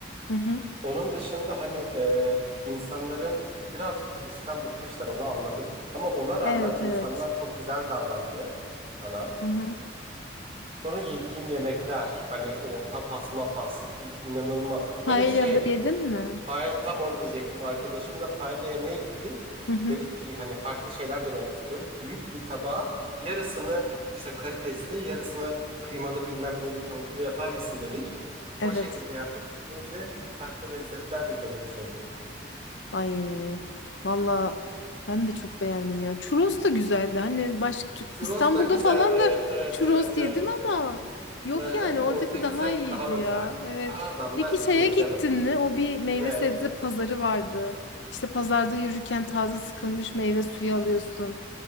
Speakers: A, on the left (about 85°); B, on the right (about 35°).
A: Hı hı.
B: Onun dışında hani e, insanların birazcık turistten bıkmışlar onu anladım. Ama ona rağmen
A: Evet
B: insanlar
A: evet.
B: çok güzel davrandı bana.
A: Hı hı.
B: Sonra yediğim yemekler hani o tapas mapas i- inanılmaz.
A: Paella
B: Hele şey
A: da yedin mi?
B: pay, tam onu diyecektim arkadaşımla paella yemeğe gittik.
A: Hı hı.
B: Dedik ki hani farklı şeyler denemek istiyoruz. Büyük bir tabağa yarısını işte karidesli yarısını kıymalı bilmem neli tavuklu yapar mısın dedik.
A: Evet.
B: O şekilde yaptık. İkimiz de farklı lezzetler de denemiş olduk.
A: Ay valla ben de çok beğendim ya. Churros da güzeldi. Hani başka tü-
B: Churros
A: İstanbul'da
B: da güzel.
A: falan
B: Evet,
A: da
B: evet,
A: churros
B: evet, evet.
A: yedim ama yok
B: Hı hı.
A: yani oradaki
B: Oradaki
A: daha
B: sanki
A: iyiydi
B: daha özel.
A: ya. Evet.
B: Adamlar
A: Peki şeye
B: biliyor
A: gittin
B: canım.
A: mi? O bir meyve
B: Ne?
A: sebze pazarı vardı. İşte pazarda yürürken taze sıkılmış meyve suyu alıyorsun.